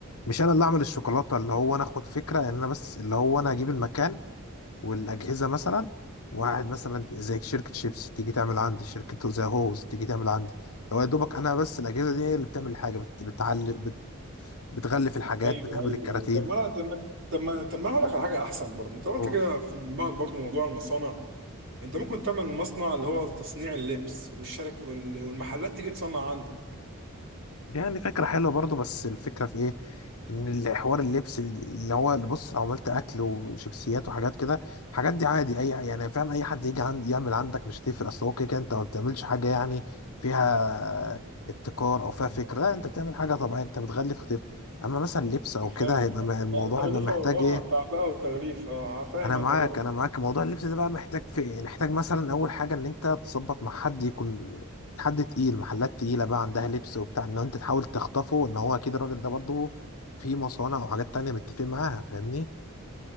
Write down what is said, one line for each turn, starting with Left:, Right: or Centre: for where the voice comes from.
Left: مش أنا اللي أعمل الشوكولاتة اللي هو أنا أخد فكرة إن أنا بس اللي هو أنا أجيب المكان والأجهزة مثلا وقاعد مثلا زي شركة شيبسي تيجي تعمل عندي شركة زي هوز تيجي تعمل عندي هو يا دوبك انا بس الاجهزه دي هي اللي بتعمل الحاجه بت... بتعلم بتغلف الحاجات
Right: ايوه
Left: بتعمل
Right: ايوه
Left: الكراتين
Right: أيوة. طب ما انا طب ما طب ما طب ما أنا هقول لك على حاجه احسن برضه انت قلت
Left: و-
Right: كده في دماغك برضه موضوع المصانع انت ممكن تعمل مصنع اللي هو تصنيع اللبس والشرك وال- والمحلات تيجي تصنع عندك
Left: يعني فكرة حلوة برضو بس الفكرة في ايه ان الحوار اللبس اللي هو اللي بص لو عملت اكل وشيبسيات وحاجات كده الحاجات دي عادي اي يعني فاهم اي حد يجي عندي يعمل عندك مش هتفرق اصل هو كده كده انت ما بتعملش حاجة يعني فيها ابتكار او فيها فكرة لا انت بتعمل حاجة طبيعية انت بتغلف وتف اما مثلا لبس او
Right: أنا
Left: كده
Right: فاهم
Left: هيبقى
Right: فاهم
Left: م- الموضوع
Right: انا تغليفه
Left: هيبقى محتاج
Right: و- اه
Left: ايه
Right: تعبئه وتغليف اه فاهم
Left: انا
Right: أنا
Left: معاك
Right: الموضوع بت...
Left: انا معاك موضوع اللبس ده بقى محتاج في إيه؟ محتاج مثلا اول حاجه ان انت تظبط مع حد يكون حد تقيل محلات تقيله بقى عندها لبس وبتاع ان انت تحاول تخطفه ان هو اكيد الراجل ده برضه في مصانع او حاجات تانية متفق معاها فاهمني